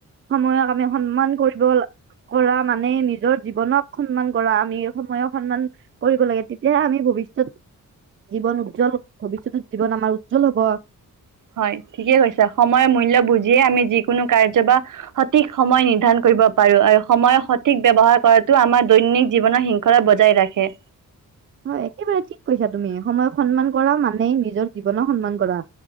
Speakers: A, on the right; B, on the right.
A: সময়ক আমি সন্মান কৰিব লা কৰা মানে নিজৰ জীৱনক সন্মান কৰা আমি সময়ক সন্মান কৰিব লাগে তেতিয়াহে আমি ভৱিষ্যত জীৱন উজ্জ্বল ভৱিষ্যতত জীৱন আমাৰ উজ্জ্বল হ'ব।
B: হয় ঠিকেই কৈছা, সময়ৰ মূল্য বুজিয়ে আমি যিকোনো কাৰ্য বা সঠিক সময় নিৰ্ধাৰণ কৰিব পাৰো আৰু সময়ৰ সঠিক ব্যৱহাৰ কৰাতো আমাৰ দৈনন্দিক জীৱনৰ শৃং খৰা বজাই ৰাখে
A: হয় একেবাৰে ঠিক কৈছা তুমি সময়ক সন্মান কৰা মানেই নিজৰ জীৱনক সন্মান কৰা